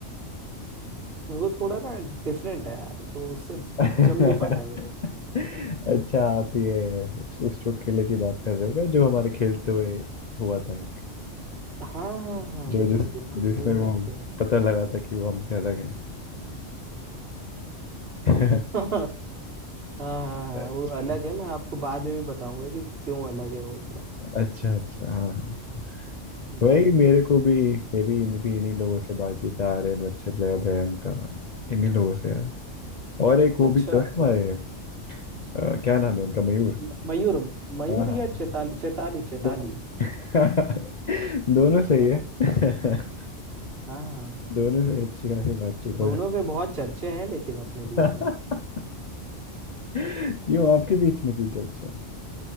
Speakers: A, on the right; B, on the left.
A: वो थोड़ा ना डिफरेंट है यार तो उससे
B: <laughs>
A: जम नहीं पाता मेरे
B: अच्छा आप ये उस उस चुटकुले की बात कर रहे हो क्या जो हमारे खेलते हुए हुआ था एक
A: हाँ हाँ हाँ
B: जो
A: बिल्कुल
B: जिस
A: बिल्कुल
B: जिसमें
A: सही
B: वो
A: याद किया है
B: पता लगा था कि वो हमसे अलग है <laughs>
A: <laughs> हाँ हाँ हाँ,
B: अच्छा
A: वो अलग है मैं आपको बाद में भी बताऊंगा कि क्यों अलग है वो थोड़ा
B: अच्छा अच्छा हाँ हाँ।
A: हम्म,
B: वही मेरे को भी मेरी इन भी इन्हीं लोगों से बातचीत है आर्यन वत्सल अभय अंका इन्हीं लोगों से है और एक वो
A: अच्छा
B: भी तो है हमारे अ, क्या नाम है उनका मयूर
A: म- मयूर मयूर
B: हाँ हाँ
A: या चेताली चेताली चेताली
B: दो <laughs> दोनों सही
A: है
B: है
A: ना
B: <laughs>
A: हाँ
B: दोनों से अच्छी खासी बातचीत
A: दोनों
B: हो जाती
A: के बहुत चर्चे हैं लेकिन अपने बीच
B: <laughs>
A: में
B: क्यों आपके बीच में क्यों चर्चा है